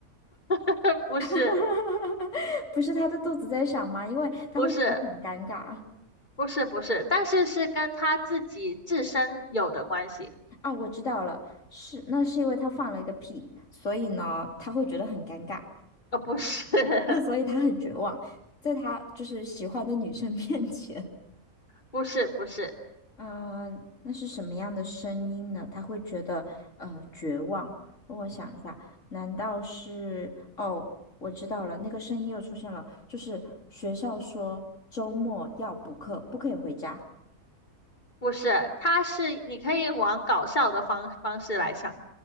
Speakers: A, on the left; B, on the left.
A: <laughs> 不是，
B: <laughs> 不是他的肚子在响吗？因为他会觉得很尴尬。
A: 不是。不是不是，但是是跟他自己自身有的关系。
B: 啊，我知道了，是，那是因为他放了一个屁，所以呢，他会觉得很尴尬，
A: 呃，不是，<laughs>
B: <laughs> 所以他很绝望，在他就是喜欢的女生 <laughs> 面前。
A: 不是，不是，
B: 嗯，那是什么样的声音呢？他会觉得呃绝望。让我想一下，难道是？哦，我知道了，那个声音又出现了，就是学校说周末要补课，不可以回家。
A: 不是，他是你可以往搞笑的方方式来想。